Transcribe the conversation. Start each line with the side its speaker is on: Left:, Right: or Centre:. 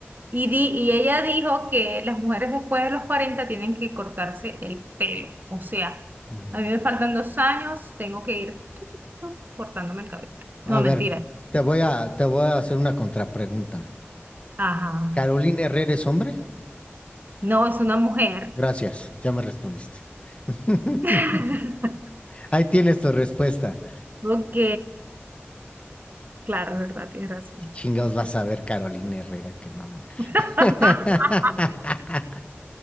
Right: Y, di- y ella dijo que las mujeres después de los 40 tienen que cortarse el pelo. O sea,
Left: Mm,
Right: a mí me faltan dos años, tengo que ir cortándome el cabello. No,
Left: A
Right: mentira.
Left: ver, te voy a, te voy a hacer una contrapregunta.
Right: Ajá.
Left: ¿Carolina Herrera es hombre?
Right: No, es una mujer.
Left: Gracias, ya me respondiste. <laughs>
Right: <laughs>
Left: Ahí tienes tu respuesta.
Right: Ok, claro, verdad, tienes razón.
Left: ¿Qué chingados vas a ver Carolina Herrera? Que no. ma-
Right: <laughs>
Left: <laughs>